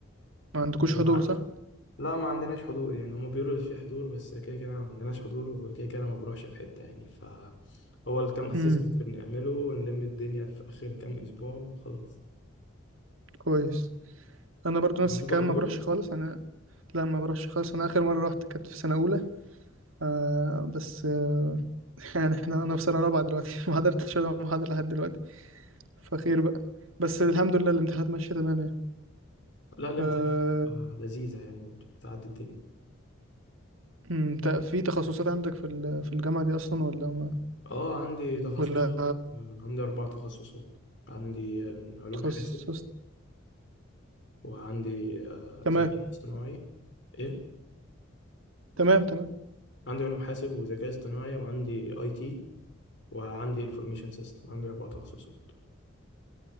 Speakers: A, on the right (about 80°); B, on the left (about 60°).
A: ما عندكوش
B: ما-
A: حضور صح
B: لا ما عندناش حضور يعني هما بيقولوا اللي فيه حضور بس كده كده ما عندناش حضور وكده كده انا ما بروحش في حته يعني ف هو الكام اسسمنت
A: امم
B: اللي بنعمله ونلم الدنيا في اخر كام اسبوع وخلاص
A: كويس انا برضو نفس
B: عندكم
A: الكلام
B: حضور
A: ما بروحش خالص انا لا ما بروحش خالص انا اخر مره رحت كانت في سنه اولى آه بس آه <laughs> يعني احنا انا في سنه رابعه دلوقتي <laughs> ما حضرتش ولا محاضره لحد دلوقتي فخير بقى بس الحمد لله الامتحانات ماشيه تمام يعني
B: لا الامتحانات
A: آه
B: بتبقى لذيذه يعني بتعدي الدنيا
A: أمم، تا- في تخصصات عندك في ال- في الجامعه دي اصلا ولا ما
B: اه عندي تخصصات
A: ولا
B: عندي اربع تخصصات عندي علوم
A: تخصص
B: حاسب وعندي آه،
A: تمام
B: ذكاء اصطناعي ايه
A: تمام تمام
B: عندي علوم حاسب وذكاء اصطناعي وعندي اي تي وعندي انفورميشن سيستم عندي اربع تخصصات